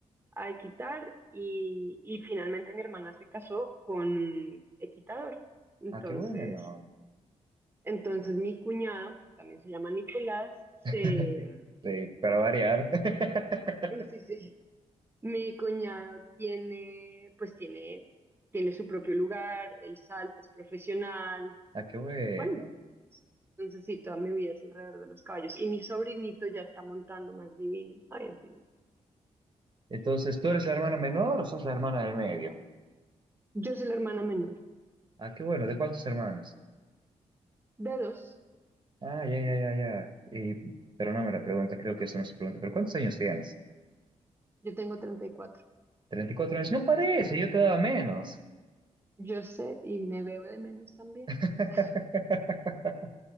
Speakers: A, on the right; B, on the right.
A: a equitar y, y finalmente mi hermana se casó con un equitador. Entonces,
B: Ah, qué bueno.
A: entonces mi cuñado, que también se llama Nicolás, se...
B: <laughs> Sí, para variar. <laughs>
A: Sí, sí, sí. Mi cuñado tiene, pues tiene, tiene su propio lugar, él salta, es profesional.
B: Ah, qué bueno.
A: Bueno, entonces sí, toda mi vida es alrededor de los caballos. Y mi sobrinito ya está montando más divino. Ay, así. es.
B: Entonces, ¿tú eres la hermana menor o sos la hermana del medio?
A: Yo soy la hermana menor.
B: Ah, qué bueno. ¿De cuántos hermanos?
A: De dos,
B: Ah, ya, ya, ya, ya. Y- pero no me la pregunta, creo que eso no se pregunta. ¿Pero cuántos años tienes?
A: yo tengo 34.
B: Treinta y cuatro años? No parece, yo te daba menos.
A: Yo sé y me veo de menos también.
B: <laughs>
A: <gasps>